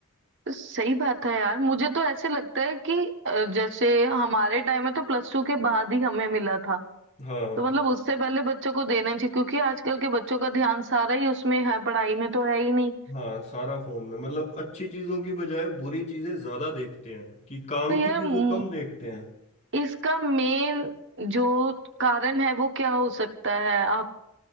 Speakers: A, on the right (about 55°); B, on the left (about 30°).
A: तो सही बात है यार मुझे तो ऐसे लगता है कि अ, जैसे हमारे टाइम में तो प्लस टू के बाद ही हमें मिला था
B: हाँ
A: तो मतलब उससे पहले बच्चों को देना चाहिए क्योंकि आजकल के बच्चों का ध्यान सारा ही उसमें है पढ़ाई में तो है ही नहीं
B: हाँ सारा फोन में मतलब अच्छी चीजों की बजाय बुरी चीजें ज्यादा देखते हैं कि काम
A: पर यार
B: की चीजें
A: म,
B: कम देखते हैं
A: इसका मेन जो कारण है वो क्या हो सकता है आप